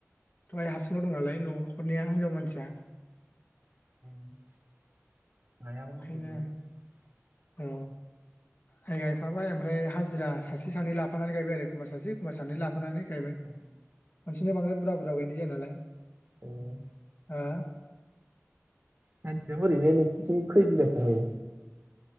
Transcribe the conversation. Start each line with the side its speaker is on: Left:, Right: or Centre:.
Left: थ आइ हारसिंल' दंनालाय न' नखरनिया हिनजाव मानसिया।
Right: <inaudible> <unintelligible>
Left: ओंखायनो औ। गायफाबाय ओमफ्राय हाजो। हाजिरा सासे सानै लाफानानै गायबाय आरो एखमबा सासे एखमबा सानै लाफानानै। गायबाय
Right: औ
Left: खनसेनो बांद्राय बुरजा बुरजा गायनाय जाया नालाय
Right: ओ
Left: हो।
Right: सानसेयाव ओरैनो नोंसिनि थिं खै बिगासो हायो।